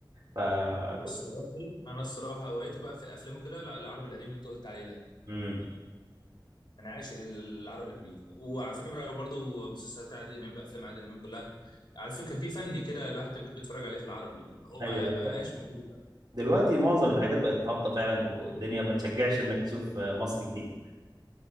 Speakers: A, on the right (about 55°); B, on the left (about 60°).
A: فكنت
B: أنا الصراحة أنا الصراحة هوايتي بقى في الأفلام وكده لا، العربي القديم اللي أنت قلت عليه ده
A: امم
B: انا عاشق العربي القديم وعلى فكره برضه مسلسلات عادل امام بافلام عادل امام كلها على فكره كان في فن كده الواحد كان بيحب يتفرج عليه في العربي إن هو
A: ايوه
B: ما
A: ايوه
B: ما
A: فاهم.
B: بقاش موجود دلوقتي
A: دلوقتي معظم الحاجات بقت هابطه فعلا والدنيا ما تشجعش انك تشوف آه، مصر كتير